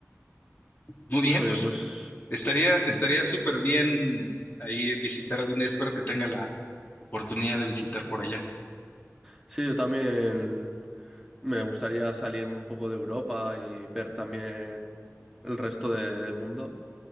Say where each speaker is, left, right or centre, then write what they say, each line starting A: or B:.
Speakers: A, on the left; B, in the centre.
A: Muy
B: Pues
A: bien,
B: oye,
A: pues
B: pues,
A: estaría,
B: pues,
A: estaría
B: mm.
A: súper bien ahí visitar algún día. Espero que tenga la oportunidad de visitar por allá.
B: sí, yo también Me gustaría salir un poco de Europa y ver también el resto de- del mundo,